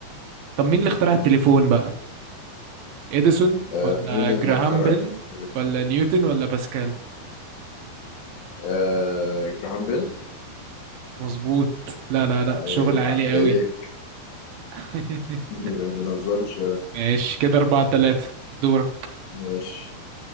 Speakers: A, on the right; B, on the left.
A: طب مين اللي اخترع التليفون بقى اديسون
B: آه
A: ولا
B: مين اللي
A: جراهام
B: اخترع
A: بيل
B: التليفون؟
A: ولا نيوتن ولا باسكال
B: آه جراهام بيل
A: مظبوط لا لا لا
B: عيب
A: شغل عالي
B: عليك
A: قوي <laughs>
B: <laughs> ما بنهزرش
A: ماشي كده أربعة تلاتة دورك
B: ماشي